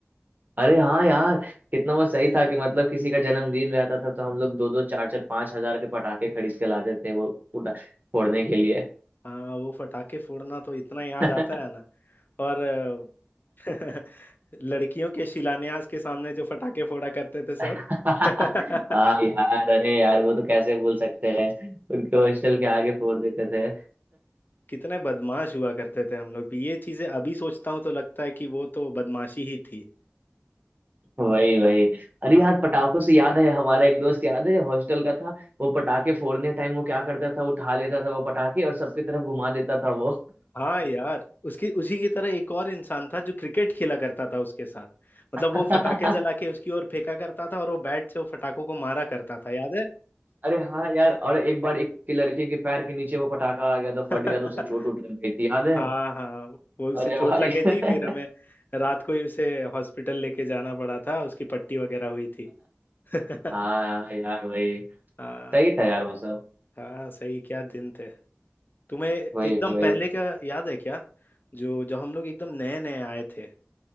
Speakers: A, on the right (about 40°); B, on the left (about 45°).
A: अरे हाँ यार कितना वो सही था कि मतलब किसी का जन्मदिन रहता था तो हम लोग दो दो चार चार पांच हजार के पटाखे खरीद के लाते थे वो उड़ा- फोड़ने के लिए
B: हाँ वो फटाके फोड़ना तो इतना याद
A: <laughs>
B: आता है ना और अ, <laughs> लड़कियों के शिलान्यास के सामने जो फटाके फोड़ा करते थे सब
A: हाँ
B: <laughs>
A: यार अरे यार वो तो कैसे भूल सकते हैं उनके
B: हाँ,
A: हॉस्टल के आगे फोड़ देते थे
B: कितने बदमाश हुआ करते थे हम लोग भी ये चीजें अभी सोचता हूँ तो लगता है कि वो तो बदमाशी ही थी
A: वही वही अरे
B: हाँ,
A: यार पटाखों से याद है हमारा एक दोस्त याद है जो हॉस्टल का था वो पटाखे फोड़ने टाइम वो क्या करता था उठा लेता था वो पटाखे और सबकी तरफ घुमा देता था वो
B: हाँ यार उसकी उसी की तरह एक और इंसान था जो क्रिकेट खेला करता था उसके साथ मतलब
A: <laughs>
B: वो फटाके
A: हाँ
B: जला के उसकी ओर फेंका करता था और वो बैट से वो फटाकों को मारा करता था याद है
A: अरे हाँ यार और एक बार एक के लड़के के पैर के नीचे वो पटाखा आ गया तो
B: <laughs>
A: फट गया तो उसे चोट उठ लग गई थी याद है
B: हाँ हाँ वो उसे
A: अरे
B: चोट
A: भाई
B: लग गई
A: <laughs>
B: थी फिर हमें रात को ही उसे हॉस्पिटल लेके जाना पड़ा था उसकी पट्टी वगैरह हुई थी <laughs>
A: हाँ यार वही
B: हाँ
A: सही था यार वो सब
B: हाँ सही क्या दिन थे तुम्हें एकदम
A: वही वही
B: पहले का याद है क्या जो जब हम लोग एकदम नए नए आए थे